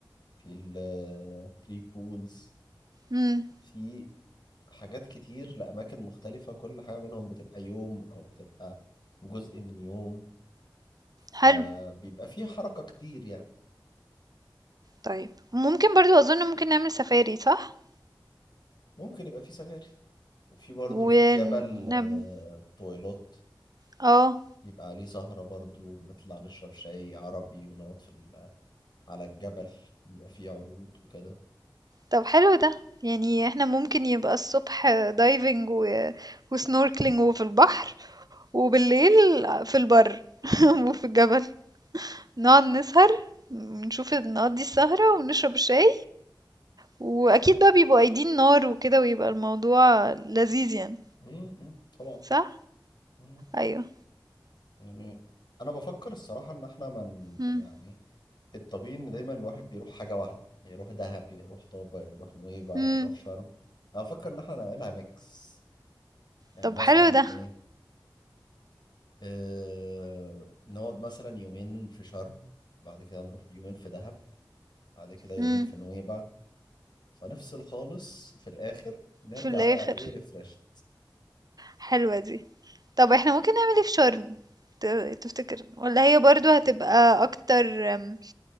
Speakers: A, on the left; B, on the right.
A: في الثري بولز
B: امم
A: في حاجات كتير لأماكن مختلفة كل حاجة منهم بتبقى يوم أو بتبقى جزء من يوم فبيبقى
B: حلو
A: فيه حركة كتير يعني
B: طيب ممكن برضو أظن ممكن نعمل سفاري صح
A: ممكن يبقى فيه سفاري وفي برضه
B: ونعمل
A: في جبل آه، طويلات
B: اه
A: بيبقى عليه سهرة برضه بنطلع نشرب شاي عربي ونقعد في ال- <hesitation> على الجبل بيبقى فيه عروض وكده
B: طب حلو ده يعني احنا ممكن يبقى الصبح دايفنج و... وسنوركلينج وفي البحر وبالليل في البر <laughs> وفي الجبل نقعد نسهر نشوف نقضي السهرة ونشرب الشاي وأكيد بقى بيبقوا قايدين نار وكده ويبقى الموضوع لذيذ يعني
A: م- م، طبعا
B: صح؟
A: م،
B: أيوه،
A: يعني أنا بفكر الصراحة إن إحنا من
B: إمم،
A: يعني الطبيعي ان دايما الواحد بيروح حاجه واحده يروح دهب يروح طابه يروح نويبع
B: إمم،
A: يروح شرم انا افكر ان احنا نعملها ميكس يعني
B: طب
A: مثلا
B: حلو ده،
A: ايه آه... نقعد مثلا يومين في شرم بعد كده نروح يومين في دهب بعد كده يومين
B: إمم.
A: في نويبع فنفصل خالص في الاخر نرجع
B: في الآخر،
A: بقى ايه ريفرش
B: حلوة دي. طب إحنا ممكن نعمل إيه في شرم ت تفتكر؟ والّا هي برضه هتبقى أكتر آمم،